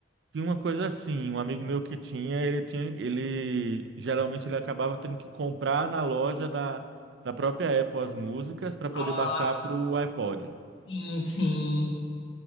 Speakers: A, on the right; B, on the left.
A: Tinha uma coisa assim, um amigo meu que tinha, ele tinha, ele geralmente ele acabava tendo que comprar na loja da, da própria Apple as músicas para poder
B: Ah,
A: baixar para o iPod.
B: sim, sim.